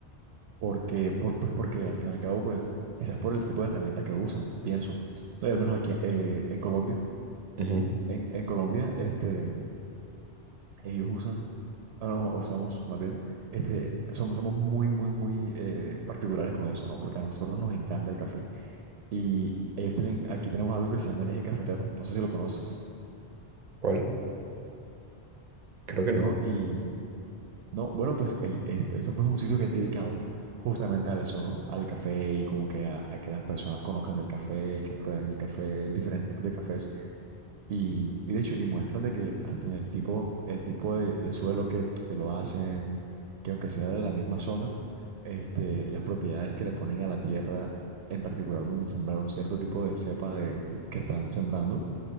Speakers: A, on the right; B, on the right.
A: porque, por, pues porque al fin y al cabo, pues, quizás por el tipo de herramienta que usan, pienso. No, y al menos aquí eh, en Colombia,
B: Ujú.
A: en, en Colombia, este, ellos usan, ah, no, usamos más bien, este, somos, somos muy, muy, muy eh, particulares con eso, ¿no? Porque a nosotros nos encanta el café. Y ellos tienen, aquí tenemos algo que se llama el eje cafetero, no sé si lo conoces,
B: ¿Cuál? Creo que no.
A: ¿no? Y No, bueno, pues el, es- esto pues es un sitio que es dedicado justamente a eso, ¿no? Al café y como que a, a que las personas conozcan del café y que prueben el café, diferentes tipos de cafés. Y, y de hecho, y muestran de que hasta en el tipo, el tipo de, de suelo que, que lo hacen, que aunque sea de la misma zona, este, las propiedades que le ponen a la tierra, en particular donde sembraron cierto tipo de cepa de, de- que están sembrando